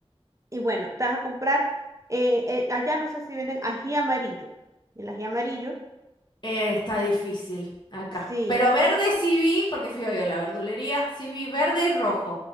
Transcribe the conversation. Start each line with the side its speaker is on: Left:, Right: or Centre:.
Right: Y bueno, te vas a comprar, eh, eh, allá no sé si venden ají amarillo. El ají amarillo,
Left: Eh, está difícil acá.
Right: sí.
Left: Pero verde sí vi, porque fui hoy a la verdulería, sí vi verde y rojo.